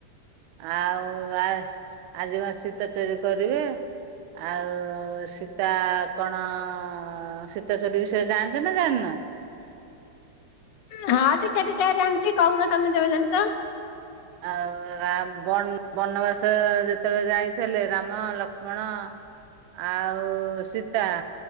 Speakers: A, on the right (about 75°); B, on the left (about 70°).
A: ଆଉ ଆସ୍ ଆଜି କଣ ସୀତା ଚୋରି କରିବେ? ଆଉ-ଉ ସୀତା କଣ ଅ-ଅ ସୀତା ଚୋରି ବିଷୟରେ ଜାଣିଛ ନା ଜାଣିନ?
B: ହଁ ଟିକେ ଟିକେ ଜାଣିଛି କହୁନ ତମେ ଯେବେ ଜାଣିଛ?
A: ଆଉ ରାମ୍ ବନ୍ ବନବାସ ଯେତେବେଳେ ଯାଇଥିଲେ, ରାମ, ଲକ୍ଷ୍ମଣ ଆଉ ଆଉ ସୀତା